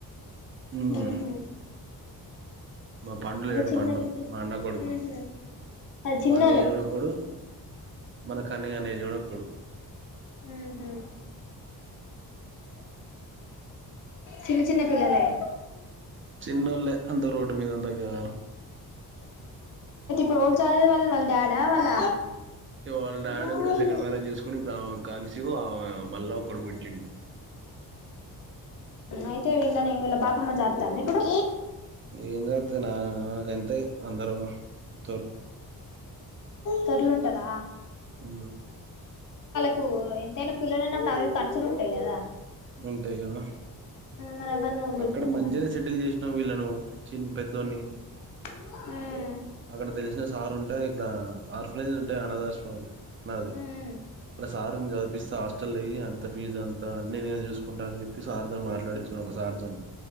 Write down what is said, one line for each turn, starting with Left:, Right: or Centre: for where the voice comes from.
Right: ఉమ్
Left: ఊహు
Right: మా పండులు ఏడు
Left: చిన్న
Right: పండు
Left: పిల్ల
Right: మా అన్న కొడుకు
Left: ఉహు అది చిన్నోళ్ళే
Right: మా నీజుడుకుడు మన కాని అనే జుడకుడు
Left: హూ హు చిన్న చిన్న పిల్లలే
Right: చిన్నోళ్ళే అంత రోడ్ మీద అంతాకా
Left: టోల్ చాలే వాళ్ళళ్ డా వాళ్ళ
Right: వాళ్ళ డాడీ
Left: వాళ్ళ
Right: కూడా సెకండ్ మ్యారేజ్ చేసుకుని ఇప్పుడు ఆమె కనిసివ్ ఆ మళ్ళా కొడుకు పుటిండు
Left: అయితే ఇలా నే ఇళ బాపమ్మ జాస్తాంది ఇప్పుడు
Right: ఏం చేస్తతే నా గంత అందర <unintelligible>
Left: కరలుంటదా
Right: ఆ
Left: ఇప్పు ఎంతైనా పిల్లలున్నప్పుడు అవి ఖర్చులు ఉంటాయి కదా
Right: ఉంటయి కదా
Left: మరి అవన్నీ ఎవరు పెట్టుకుంటారని
Right: అక్కడ మంచిగ సెటిల్ చేసినావు వీళ్ళనువ్ చిన్న పెద్దోని
Left: హ్మ్
Right: అక్కడ తెలిసిన సారు ఉంటాయి ఇట్లా ఆర్ఫినైజ్ ఉంటాయి అనాథ ఆశ్రమాలు నాది
Left: మ్మ్
Right: మ సార్ చదిపిస్తా హాస్టల్ అయ్యి అళ్ <unintelligible> ఫీజ్ అంతా అన్ని నేను చూసుకుంటా అని చెప్పి సార్తోనీ మాట్లాడుతున్నా ఒక సార్తోని